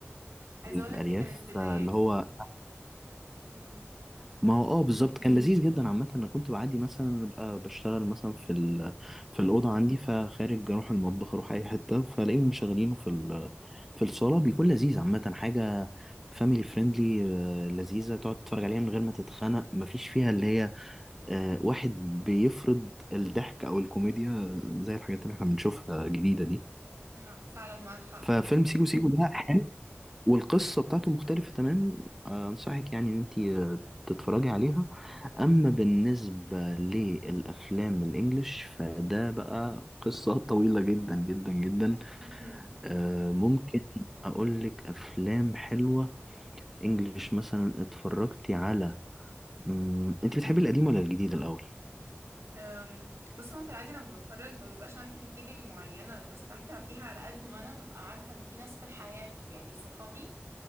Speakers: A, on the right; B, in the centre.
A: عايزة
B: الارياف
A: اقولك دي كانت بداياته
B: فاللي هو
A: مم.
B: ما هو اه بالظبط كان لذيذ جدا عامة انا كنت بعدي مثلا ابقى بشتغل مثلا في ال... في الأوضة عندي فخارج اروح المطبخ اروح اي حتة فلاقيهم مشغلينه في ال... في الصالة بيكون لذيذ عامة حاجة فاميلي فريندلي لذيذة تقعد تتفرج عليها من غير ما تتخنق مفيش فيها اللي هي آه، واحد بيفرض الضحك او الكوميديا آه، زي الحاجات اللي احنا بنشوفها جديدة دي
A: لا، فعلا معاك حق
B: ففيلم سيكو سيكو ده والقصة بتاعته مختلفة تمام آه، أنصحك يعني إن أنت آه، تتفرجي عليها أما بالنسبة للأفلام الإنجليش فده بقى قصة <laughs> طويلة جدا جدا جدا
A: <laughs>
B: آه، ممكن أقولك أفلام حلوة إنجليش مثلا اتفرجتي على مم، أنت بتحبي القديم ولا الجديد الأول؟
A: أم، بص هو في العادي لما بتفرج ما بيبقاش عندي كاتيجوري معينة بستمتع بيها على قد ما أنا ببقى عارفة إن في ناس في الحياة في- يعني صحابي